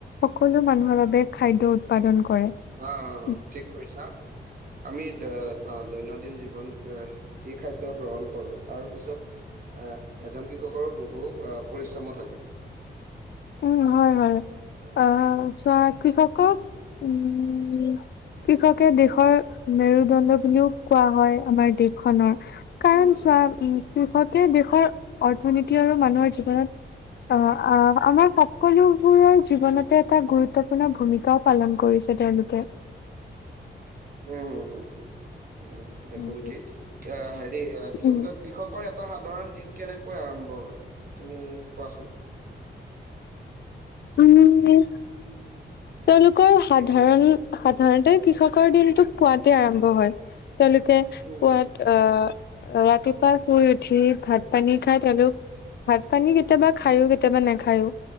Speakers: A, on the left; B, on the right.
A: সকলো মানুহৰ বাবে খাদ্য উৎপাদন উৎপাদন কৰে <unintelligible>
B: অ' অ ঠিক কৈছা।
A: <inaudible>
B: আমি দৈনন্দিন জীৱন যি খাদ্য গ্ৰহণ কৰোঁ, তাৰপিছত এজন কৃষকৰ বহু পৰিশ্ৰমো থাকে।
A: উম হয় হয়
B: উম,
A: আহ, চোৱা কৃষক খুব উম, কৃষকে দেশৰ মেৰুদণ্ড বুলিও কোৱা হয়। আমাৰ দেশখনৰ। কাৰণ
B: উম,
A: চোৱা উম, কৃষকে দেশৰ অৰ্থনীতি আৰু মানুহৰ জীৱনত আহ আমাৰ, সকলোবোৰৰ জীৱনতে এটা গুৰুত্বপূৰ্ণ ভূমিকাও পালন কৰিছে তেওঁলোকে। <inaudible>
B: উম হম হুম একদম
A: উম
B: <unintelligible>
A: উম
B: <inaudible>
A: উম। তেওঁলোকৰ সাধাৰণ সাধাৰণতে কৃষকৰ দিনটো পোৱাতে আৰম্ভ হয়। তেওঁলোকে
B: উম,
A: পোৱাত আহ ৰাতিপুৱা শুই উঠি ভাত পানী খাই তেওঁলোক, ভাত পানী কেতিয়াবা খায়ো, কেতিয়াবা নাখায়ো,